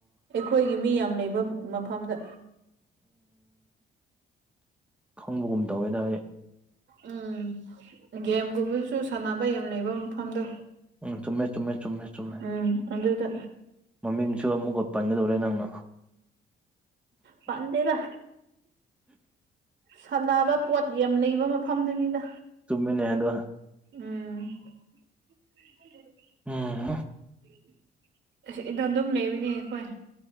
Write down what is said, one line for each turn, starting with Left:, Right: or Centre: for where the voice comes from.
Right: ꯑꯩꯈꯣꯏꯒꯤ ꯃꯤ ꯌꯥꯝ ꯂꯩꯕ ꯃꯐꯝꯗ
Centre: ꯈꯪꯕꯒꯨꯝ ꯇꯧꯋꯦꯗ
Right: ꯎꯝ ꯒꯦꯝꯒꯨꯝꯕꯗꯁꯨ ꯁꯥꯟꯅꯕ ꯌꯥꯝ ꯂꯩꯕ ꯃꯐꯝꯗꯣ
Centre: ꯎꯝ ꯆꯨꯝꯃꯦ ꯆꯨꯝꯃꯦ ꯆꯨꯝꯃꯦ ꯆꯨꯝꯃꯦ
Right: ꯎꯝ ꯑꯗꯨꯗ
Centre: ꯃꯃꯤꯡꯁꯨ ꯑꯃꯨꯛꯀ ꯄꯟꯒꯗꯧꯔꯦ ꯅꯪꯅ
Right: ꯄꯟꯗꯦꯗ ꯁꯥꯟꯅꯕ ꯄꯣꯠ ꯌꯥꯝ ꯂꯩꯕ ꯃꯐꯝꯗꯨꯅꯤꯅ
Centre: ꯇꯨꯝꯃꯤꯅꯦ ꯍꯥꯏꯔ
Right: ꯎꯝ <unintelligible>
Centre: ꯎꯝ
Right: <inaudible> ꯑꯁꯤ ꯏꯗ ꯑꯗꯨꯝ ꯂꯩꯕꯅꯦ ꯑꯩꯈꯣꯏ